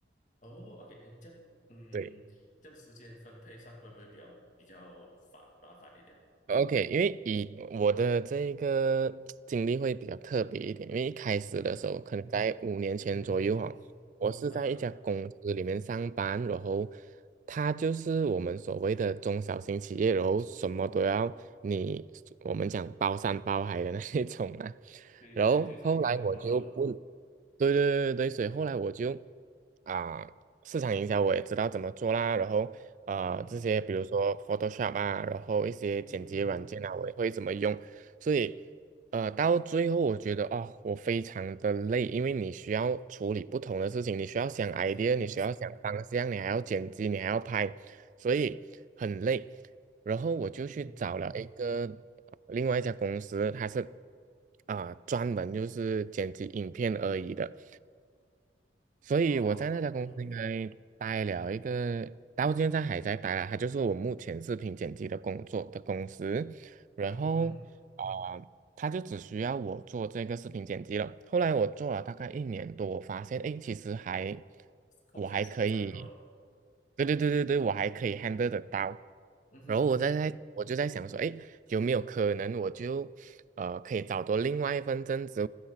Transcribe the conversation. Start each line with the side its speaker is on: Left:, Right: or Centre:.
Left: 哦，OK，诶这样，嗯，
Right: 对，
Left: 这样时间分配上会不会比较比较烦麻烦一点？
Right: OK，因为以我的这一个经历会比较特别一点，因为一开始的时候，
Left: <laughs> 嗯哼，
Right: 可能在五年前左右哈，
Left: 嗯哼哼哼哼，
Right: 我是在一家公司里面上班，
Left: 哈哈，
Right: 然后它就是我们所谓的中小型企业，然后什么都要你，我们讲包山包海的那一种啊。
Left: 对对对，
Right: 然后后来我就不，
Left: 就是一个人包了完，
Right: 对对对对，所以后来我就啊、市场营销我也知道怎么做啦，然后呃这些，
Left: 嗯，
Right: 比如说 Photoshop 啊，然后一些剪辑软件啊，
Left: 嗯哼哼，
Right: 我也会怎么用。所以，呃，到最后我觉得啊、我非常的累，因为你需要处理不同的事情，你需要想
Left: 是是是，
Right: idea，你需要想方向，你还要剪辑，你还要拍，所以很累。然后我就去找了一个呃另外一家公司，
Left: 嗯哼哼，
Right: 它是啊、专门就是剪辑影片而已的。所以我在那家公司应该待了一个，
Left: 哦，嗯哼，
Right: 到现在还在待啦。它就是我目前视频剪辑的工作的公司，然后啊、
Left: 嗯哼哼，
Right: 呃，他就只需要我做这个视频剪辑了。后来我做了大概一年多，我发现哎，其实还
Left: 空闲时间蛮多，
Right: 我还可以，对对对对对，我还可以 handle 得到。
Left: 嗯哼哼，
Right: 然后我在在我就在想说，哎，有没有可能我就呃可以找到另外一份正职，